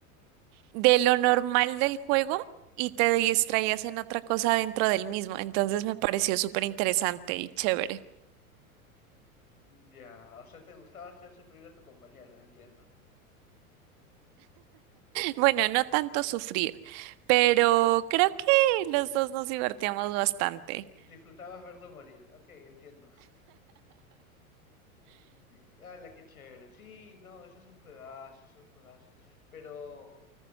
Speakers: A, on the right (about 45°); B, on the left (about 80°).
A: de lo normal del juego y te distraías en otra cosa dentro del mismo. Entonces me pareció súper interesante y chévere. <laughs>
B: Ya, o sea, te gustaba hacer sufrir a tu compañero, entiendo.
A: Bueno, no tanto sufrir, pero creo que los dos nos divertíamos bastante.
B: Disfrutabas verlo morir, ok, entiendo. Sí, ala, qué chévere. Sí, no, ese es un juegazo, es un juegazo. Pero